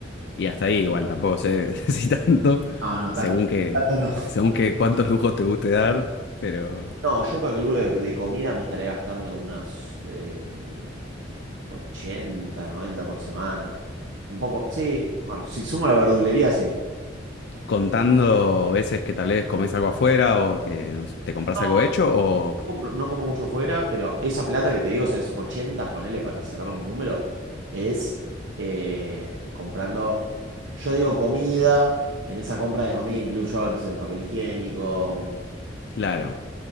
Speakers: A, on the left; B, on the right.
A: Y hasta ahí igual, tampoco sé <laughs> si tanto,
B: Ah, no,
A: según
B: tanto.
A: que,
B: Tanto no.
A: según que cuántos lujos te guste dar, pero
B: No, yo calculo que de comida me estaré gastando unos eh, 80, 90 por semana. Un poco, sí. Bueno, si sumo la verdulería, sí.
A: contando veces que tal vez comes algo afuera o que no sé, te compras
B: No,
A: algo hecho o,
B: no compro- no como mucho fuera, pero esa plata que te digo, o sea, es 80 ponele para cerrar un número, es eh, comprando, yo digo comida, en esa compra de comida incluyo, no sé, un papel higiénico,
A: claro,